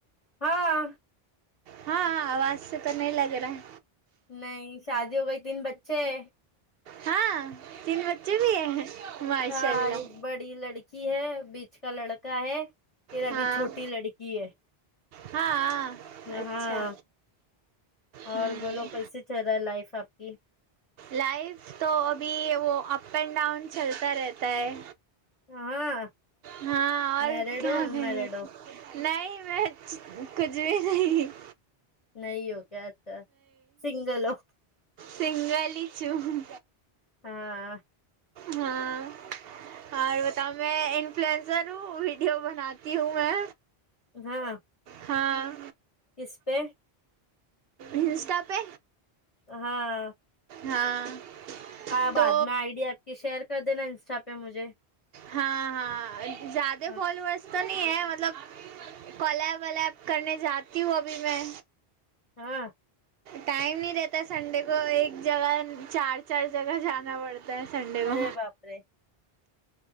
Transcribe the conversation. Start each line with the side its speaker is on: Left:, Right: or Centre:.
Left: ہاں
Right: ہاں آواز سے تو نہیں لگ رہا ہے
Left: نہیں شادی ہو گئی تین بچے ہے
Right: ہاں تین بچے بھی ہیں ماشاء
Left: ہاں
Right: اللہ
Left: ایک بڑی لڑکی ہے بیچ کا لڑکا ہے پھر ابھی
Right: ہاں
Left: چھوٹی لڑکی ہے
Right: ہاں اچھا
Left: ہاں اور
Right: ہوں
Left: بولو کیسے چل رہا ہے لائف آپ کی
Right: لائف تو ابھی وہ اپینڈاؤن چلتا رہتا ہے
Left: ہاں
Right: ہاں اور
Left: میرڈ
Right: کیا
Left: ہو ان
Right: کر
Left: میرڈ ہو
Right: نہیں میں کچھ بھی نہیں
Left: نہیں ہو کیا اچھا سنگل ہو
Right: سنگلاچھ ہوں
Left: ہاں
Right: ہاں اور تو میں انفلوئنزر ہوں ویڈیو بناتی ہوں میں
Left: ہاں
Right: ہاں
Left: کس پے
Right: انسٹا پہ
Left: ہاں
Right: ہاں
Left: آ
Right: تو
Left: بعد میں آئ ڈی آپ کی شیئر کر دینا انسٹا پہ مجھے
Right: ہاں ہاں زیادہ
Left: ہاں
Right: فالوورس تو نہیں ہے مطلب کولیب ولیب کرنے جاتی ہوں ابھی میں
Left: ہاں
Right: ٹائم نہیں رہتا سنڈے کو ایک جگہ چار چار جگہ جانا پڑتا ہے سنڈے کو
Left: ارے باپ رے